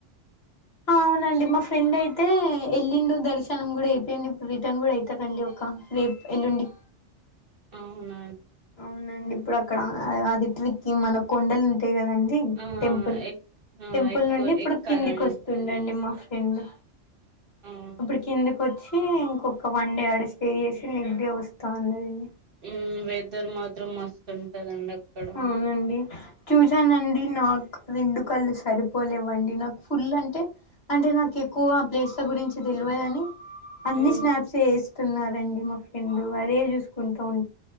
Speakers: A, on the left; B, on the right.
A: అవునండి మా ఫ్రెండ్ అయితే ఎళ్ళిండు దర్శనం గుడ అయి ఫ్రెండ్ ఇప్పుడు రిటర్న్ గుడ ఐతదిండి ఒక రేప్, ఎల్లుండి
B: ఉమ్
A: అవునండి ఇప్పుడు అక్కడ ఆ అది ట్రిక్కి మన కొండలు ఉంటయి కదా అండి
B: ఆ
A: టెంపుల్,
B: ఎక్ ఆ
A: టెంపుల్
B: ఎక్కువ
A: నుండి ఇప్పుడు
B: ఎక్కాలండి
A: కిందికి వస్తుండండి మా ఫ్రై ఫ్రెండు
B: అవునా
A: ఇప్పుడు కిందికి వచ్ ఇంకొక్క వన్ డే ఆడ స్టే చేసి నిద్దె వస్తా అన్నడండి.
B: ఉమ్ వెదర్ మాత్రం మస్తు ఉంటదండి అక్కడ.
A: అవునండి చూసానండి నాకు రెండు కళ్ళు సరిపోలేవండి, నాకు ఫుల్ అంటే అంటే నాకు ఎక్కువ ఆ ప్లేస్ల గురించి తెలువదుని అన్ని
B: మ్మ్,
A: స్నాప్స్ ఏస్తున్నారండి మా ఫ్రెండు, అదే చూసుకుంటూ ఉం